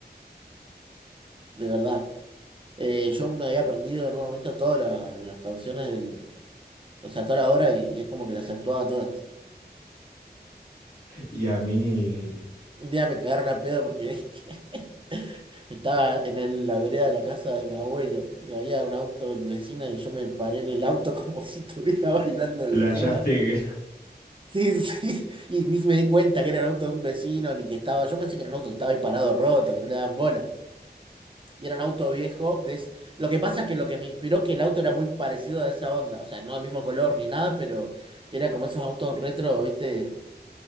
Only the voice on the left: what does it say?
Y a mí.
Playaste